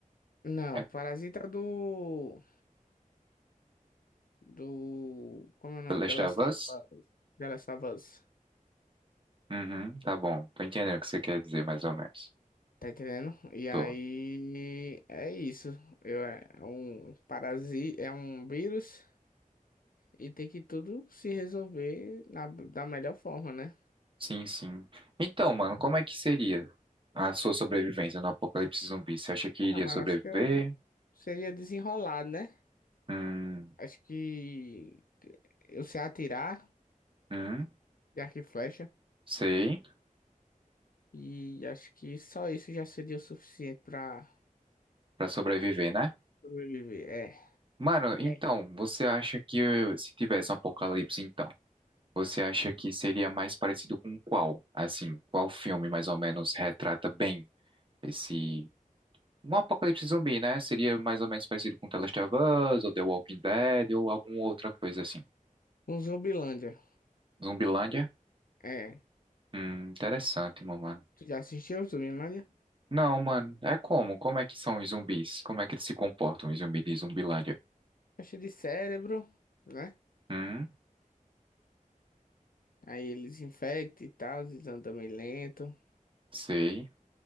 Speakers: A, on the left; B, on the right.
A: Não,
B: É
A: Parasita é do do como é o nome?
B: The Last
A: The Last
B: of Us?
A: of Us. The Last of Us.
B: Uhum, tá bom. Tô entendendo o que você quer dizer, mais ou menos.
A: Tá entendendo? E
B: Tô.
A: aí é isso. Eu, é um parasita, é um vírus e tem que tudo se resolver na, da melhor forma, né?
B: Sim, sim. Então, mano, como é que seria a sua sobrevivência no apocalipse zumbi? Você acha que
A: Ah,
B: iria
A: mano,
B: sobreviver?
A: acho que eu seria desenrolado, né?
B: Hum,
A: Acho que eu sei atirar
B: hum,
A: de arco e flecha.
B: sei.
A: E acho que só isso já seria o suficiente pra
B: Pra sobreviver, né?
A: sobreviver. É.
B: Mano, então,
A: É.
B: você acha que eu- se tivesse um apocalipse, então, você acha que seria mais parecido com qual? Assim, qual filme mais ou menos retrata bem esse. Um apocalipse zumbi, né? Seria mais ou menos parecido com The Last of Us, ou The Walking Dead, ou alguma outra coisa assim.
A: Um Zumbilândia.
B: Zumbilândia?
A: É.
B: Hum, interessante, meu mano.
A: Tu já assistiu o Zumbilândia?
B: Não, mano, é como? Como é que são os zumbis? Como é que eles se comportam, os zumbis de Zumbilândia?
A: Acho de cérebro, né?
B: Hum,
A: Aí eles infectam e tal, eles andam meio lento. O
B: sei.